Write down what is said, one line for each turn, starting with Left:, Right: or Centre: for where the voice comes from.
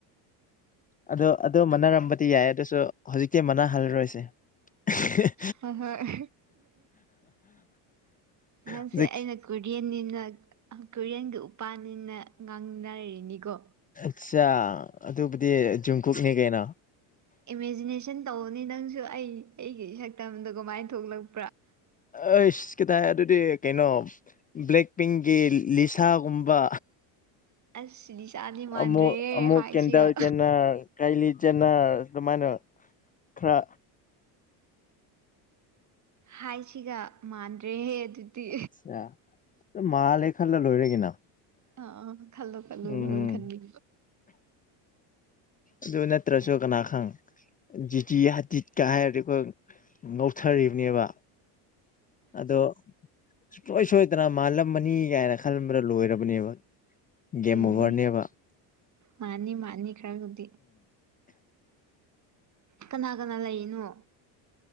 Left: ꯑꯣ ꯑꯗꯨ ꯃꯅꯔꯝꯕꯗꯤ ꯌꯥꯏ ꯑꯗꯨꯁꯨ ꯍꯧꯖꯤꯛꯇꯤ ꯃꯥꯟꯅꯍꯜꯂꯔꯣꯏꯁ <inaudible>
Right: ꯍ ꯍꯣꯏ ꯅꯪꯁꯦ
Left: ꯍꯧꯖꯤꯛ
Right: ꯑꯩꯅ ꯀꯨꯔꯤꯌꯟꯅꯤꯅ ꯀꯣꯔꯤꯌꯟꯒꯤ ꯎꯄꯥꯅꯤꯅ ꯉꯥꯡꯅꯔꯤꯅꯤꯀꯣ
Left: ꯑꯆꯥ ꯑꯗꯨꯕꯨꯗꯤ ꯖꯨꯝꯀꯨꯨꯞꯅꯤ ꯀꯩꯅꯣ
Right: ꯏꯃꯦꯖꯤꯅꯦꯁꯟ ꯇꯧꯕꯅꯤ ꯅꯪꯁꯨ ꯑꯩ ꯑꯩꯒꯤ ꯁꯛꯇꯝꯗꯣ ꯀꯃꯥꯏꯅ ꯊꯣꯛꯂꯛꯄ
Left: ꯑꯩꯁ ꯀꯇ ꯍꯥꯏ ꯑꯗꯨꯗꯤ ꯀꯩꯅꯣ ꯕ꯭ꯂꯦꯛ ꯄꯤꯡꯀꯤ ꯂꯤꯁꯥꯒꯨꯝꯕ
Right: ꯑꯁ ꯁꯤꯗꯤ ꯆꯥꯗꯤ ꯃꯥꯟꯗ꯭ꯔꯦꯍꯦ
Left: ꯑꯃꯨ ꯑꯃꯨꯛ
Right: ꯍꯥꯏꯁꯤꯒ
Left: ꯀꯗ ꯆꯦꯅ ꯀꯥꯏ ꯆꯦꯟꯅꯔ ꯑꯗꯨꯃꯥꯏꯅ ꯈꯔ
Right: ꯍꯥꯏꯁꯤꯒ ꯃꯥꯟꯗ꯭ꯔꯦꯍꯦ ꯑꯗꯨꯗꯤ
Left: ꯑꯠꯆꯥ ꯃꯥꯜꯂꯦ ꯈꯜꯂ ꯂꯣꯏꯔꯦꯒꯤꯅ
Right: ꯑꯥ ꯈꯜꯂꯣ ꯄꯜꯂꯣ
Left: ꯎꯝ
Right: ꯂ ꯈꯟꯅꯤ
Left: ꯑꯗꯨꯖꯅꯦꯠꯇ꯭ꯔꯁꯣ ꯀꯅꯥ ꯈꯪ ꯖꯤꯇꯤ ꯍꯥꯖꯤꯠꯀ ꯍꯥꯏꯔꯗꯤ ꯑꯩꯈꯣꯏ ꯅꯧꯊꯔꯤꯕꯅꯦꯕ ꯑꯗꯣ ꯁꯨꯡꯁꯣꯏ ꯁꯣꯏꯗꯅ ꯃꯥꯜꯂꯝꯃꯅꯤ ꯀꯥꯏꯅ ꯈꯟꯕ꯭ꯔꯥ ꯂꯣꯏꯔꯕꯅꯦꯕ ꯒꯦꯝ
Right: ꯎꯝ
Left: ꯑꯣꯚꯔꯅꯦꯕ <inaudible>
Right: ꯃꯥꯅꯤ ꯃꯥꯅꯤ ꯈꯔꯕꯨꯗꯤ ꯀꯅꯥ ꯀꯅꯥ ꯂꯩꯅꯣ